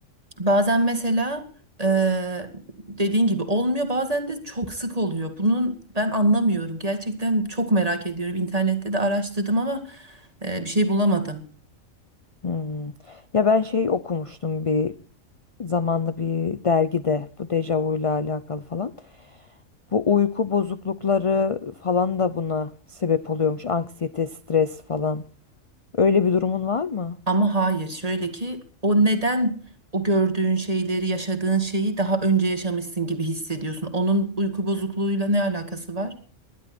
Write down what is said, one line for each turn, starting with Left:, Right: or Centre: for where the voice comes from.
Right: Bazen mesela eee, dediğin gibi olmuyor, bazen de çok sık oluyor. Bunun ben anlamıyorum. Gerçekten çok merak ediyorum. İnternette de araştırdım ama eee, bir şey bulamadım.
Left: Hmm. Ya ben şey okumuştum bir zamanda bir dergide bu dejavuyla alakalı falan. Bu uyku bozuklukları falan da buna sebep oluyormuş. Anksiyete, stres falan. Öyle bir durumun var mı?
Right: Ama hayır, şöyle ki o neden o gördüğün şeyleri, yaşadığın şeyi daha önce yaşamışsın gibi hissediyorsun. Onun uyku bozukluğuyla ne alakası var?